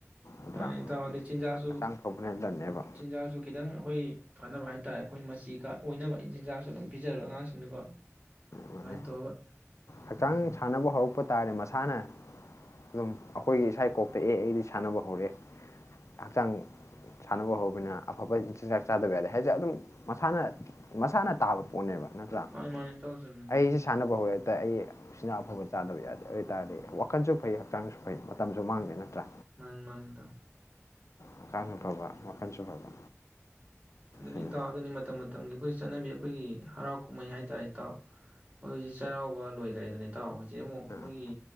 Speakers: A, on the left (about 75°); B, on the right (about 30°).
A: ꯅꯠꯇ꯭ꯔꯥ
B: ꯃꯥꯅꯤ ꯏꯇꯥꯎ ꯑꯗꯩ ꯆꯤꯟꯖꯥꯛꯁꯨ
A: ꯍꯛꯆꯥꯡ ꯐꯕꯅ ꯗꯟꯅꯦꯕ
B: ꯆꯤꯟꯖꯥꯛꯁꯨ ꯈꯤꯇꯪ ꯑꯩꯈꯣꯏ ꯐꯅꯕ ꯍꯥꯏꯇꯥꯥꯔꯦ ꯑꯩꯈꯣꯏ ꯃꯆꯤ ꯀ ꯑꯣꯏꯅꯕ ꯏꯆꯤꯟꯖꯥꯛꯁꯨ ꯑꯗꯨꯝ ꯄꯤꯖꯔꯔꯕ ꯑꯉꯥꯡꯁꯤꯡꯗꯀꯣ ꯑꯗꯨꯃꯥꯏꯅ
A: ꯃꯥꯅꯦ
B: ꯇꯧꯔꯒ
A: ꯍꯛꯆꯥꯡ ꯁꯥꯟꯅꯕ ꯍꯧꯔꯛꯄ ꯇꯥꯔꯗꯤ ꯃꯁꯥꯅ ꯑꯗꯨꯝ ꯑꯩꯈꯣꯏꯒꯤ ꯏꯁꯥ ꯀꯣꯛꯇ ꯑꯦ ꯑꯩꯗꯤ ꯁꯥꯟꯅꯕ ꯍꯧꯔꯛꯑꯦ ꯍꯛꯆꯥꯡ ꯁꯥꯟꯅꯕ ꯍꯧꯕꯅꯤꯅ ꯑꯐꯕ ꯏꯆꯤꯟꯖꯥꯛ ꯆꯥꯗꯕ ꯌꯥꯗꯦ ꯍꯥꯏꯁꯦ ꯑꯗꯨꯝ ꯃꯁꯥꯅ ꯃꯁꯥꯅ ꯇꯥꯕ ꯄꯣꯠꯅꯦꯕ ꯅꯠꯇ꯭ꯔꯥ
B: ꯃꯥꯅꯤ ꯃꯥꯅꯤ ꯏꯇꯥꯎ ꯆꯨꯝꯃꯤ ꯑꯗꯨꯅꯤ
A: ꯑꯩꯁꯦ ꯁꯥꯟꯅꯕ ꯍꯔꯦ ꯍꯥꯏꯇꯥ ꯑꯩ ꯁꯤꯅ ꯑꯐꯕ ꯆꯥꯅꯕꯤ ꯑꯗꯨ ꯑꯣꯏꯇꯥꯔꯗꯤ ꯋꯥꯈꯟꯁꯨ ꯐꯩ ꯍꯛꯆꯥꯡꯁꯨ ꯐꯩ ꯃꯇꯝꯁꯨ ꯃꯥꯡꯗꯦ ꯅꯠꯇ꯭ꯔꯥ?
B: ꯃꯥꯅꯤ ꯃꯥꯅꯤ ꯏꯇꯥꯎ
A: ꯍꯛꯆꯥꯡꯁꯨ ꯐꯕ ꯋꯥꯈꯟꯁꯨ ꯐꯕ
B: ꯑꯗꯨꯅꯦ
A: ꯁꯤꯅꯤ
B: ꯏꯇꯥꯎ ꯑꯗꯨꯅꯤ ꯃꯇꯝ ꯃ ꯃꯇꯝꯒꯤ ꯑꯩꯈꯣꯏꯒꯤ ꯆꯠꯅꯕꯤ ꯑꯩꯈꯣꯏꯒꯤ ꯍꯔꯥꯎ ꯀꯨꯝꯍꯩ ꯍꯥꯏꯇꯥꯔꯦ ꯏꯇꯥꯎ ꯑꯩꯈꯣꯏ ꯍꯧꯖꯤꯛ ꯆꯩꯔꯥꯎꯕ ꯂꯣꯏꯈꯔꯦꯗꯅ ꯏꯇꯥꯎ ꯍꯧꯖꯤꯛ ꯑꯃꯨꯛ ꯑꯩꯈꯣꯏꯒꯤ
A: ꯑ, ꯑ,